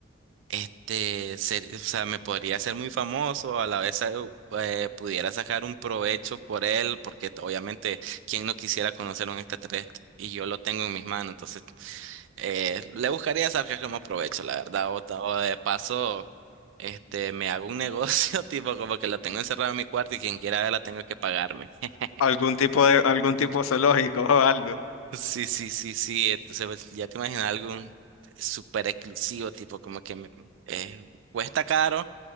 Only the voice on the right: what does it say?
Este, ser- o sea, me podría ser muy famoso, a la vez eh, eh, pudiera sacar un provecho por él, porque t- obviamente, ¿quién no quisiera conocer un extraterrestre? Y yo lo tengo en mis manos, entonces eh, le buscaría sacar como provecho, la verdad, o, ta- o de paso, este, me hago un negocio, <laughs> tipo como que lo tengo encerrado en mi cuarto y quien quiera verla tengo que pagarme. <laughs>
Sí, sí, sí, sí. Entonces, pues, ya te imaginas algo súper exclusivo, tipo como que me, eh, cuesta caro,